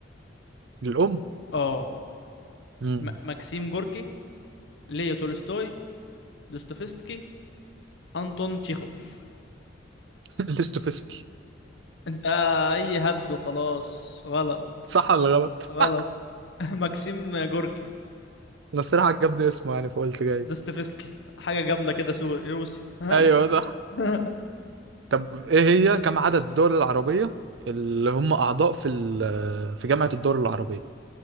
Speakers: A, on the right (about 70°); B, on the left (about 70°).
A: للأم
B: اه
A: امم
B: م ماكسيم جوركي ليو تولستوي دوستويفسكي انطون تشيخوف
A: <laughs> الاستوفسكي
B: انت اي هبد وخلاص غلط
A: صح ولا غلط
B: غلط
A: <laughs>
B: <laughs> ماكسيم جوركي
A: انا الصراحة عجبني اسمه يعني فقلت جايز
B: دوستويفسكي حاجه جامده كده سوري روسي ها
A: ايوه صح
B: <laughs>
A: طب ايه هي كم عدد الدول العربية اللي هم أعضاء في ال- في جامعة الدول العربية